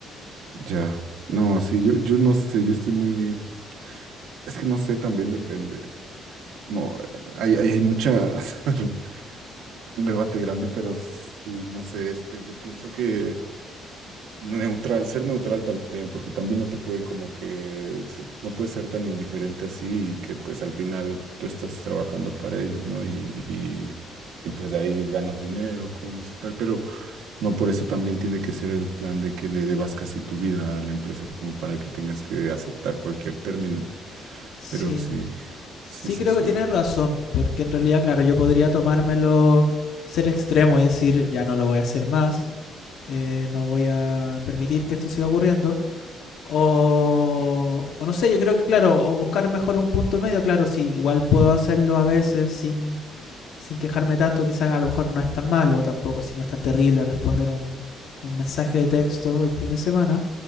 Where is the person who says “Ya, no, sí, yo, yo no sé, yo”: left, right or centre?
Right